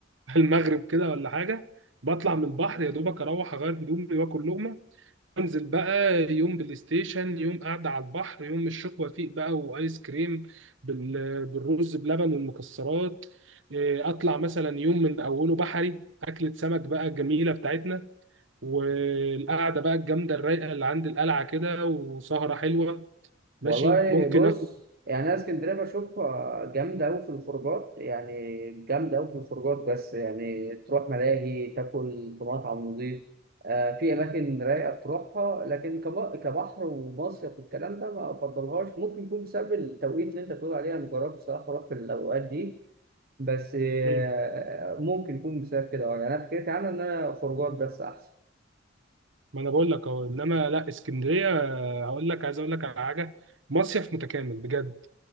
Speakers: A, on the right (about 90°); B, on the right (about 55°).
A: <laughs> المغرب كده ولا حاجه بطلع من البحر يا دوبك اروح اغير هدومي واكل لقمه انزل بقى يوم بلاي ستيشن يوم قاعده على البحر يوم الشيخ وفيق بقى وايس كريم بال- بالرز بلبن والمكسرات إيه، اطلع مثلا يوم من اوله بحري اكله سمك بقى الجميله بتاعتنا والقعده بقى الجامده الرايقه اللي عند القلعه كده وسهره حلوه ماشي
B: والله
A: ممكن
B: بص
A: اخد
B: يعني انا اسكندريه بشوفها جامده قوي في الخروجات يعني جامده قوي في الخروجات بس يعني تروح ملاهي تاكل في مطعم نظيف آه في اماكن رايقه تروحها لكن كم- كبحر ومصيف والكلام ده ما افضلهاش ممكن يكون بسبب التوقيت اللي انت بتقول عليه انا جربت بصراحه اروح في الاوقات دي بس آه
A: مم.
B: ممكن يكون بسبب كده يعني انا فكرتي عنها ان انا خروجات بس احسن
A: ما انا بقول لك اهو انما لا اسكندريه آه، هقول لك عايز اقول لك على حاجه مصيف متكامل بجد